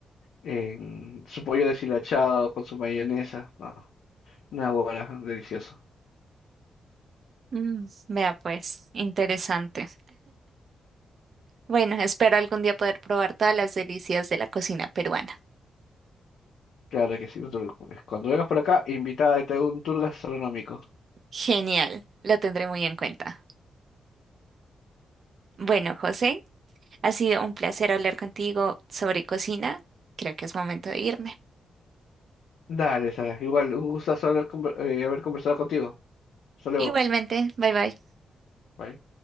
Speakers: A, on the left (about 85°); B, on the right (about 55°).
A: en su pollo deshilachado, con su mayonesa. No, una hora, delicioso.
B: Mm, vea pues, interesante. Bueno, espero algún día poder probar todas las delicias de la cocina peruana.
A: Claro que sí, no te preocupes. Cuando vengas por acá, invitada, te hago un tour gastronómico.
B: Genial, lo tendré muy en cuenta. Bueno, José, ha sido un placer hablar contigo sobre cocina. Creo que es momento de irme.
A: Dale, Sara. Igual, un gustazo haber, conver- eh, haber conversado contigo. Hasta luego.
B: Igualmente, bye bye.
A: Bye.